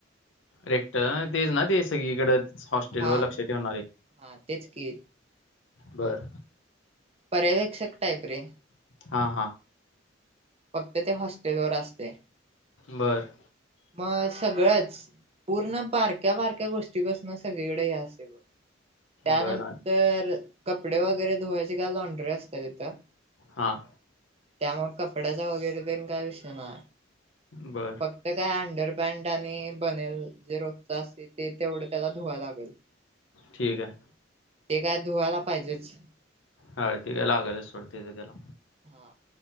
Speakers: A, on the left (about 80°); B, on the right (about 30°).
A: रेक्टर तेच ना ते सगळीकड हॉस्टेल
B: हा
A: वर लक्ष ठेवणारे.
B: हा तेच की
A: बरं.
B: पर्यवेक्षक टाईप रे.
A: हा हा.
B: फक्त ते हॉस्टेलवर असते.
A: बरं.
B: म सगळंच पूर्ण बारक्या बारक्या गोष्टीपासून सगळीकडे हे अस ये बघ. त्यानंतर
A: बरं.
B: कपडे वगैरे धुवायचे का लॉन्डरे असतात तिथं.
A: हां.
B: त्या मग कपड्याचा वगैरे पण काय विषय नाही.
A: बरं.
B: फक्त काय अंडर पॅन्ट आणि बनेल जे रोजच असते तेवढं त्याला धुवा लागेल.
A: ठीक आहे.
B: ते काय धुवायला पाहिजेच.
A: हा ति काय लागलच सोड तेथे त्याला.
B: हा.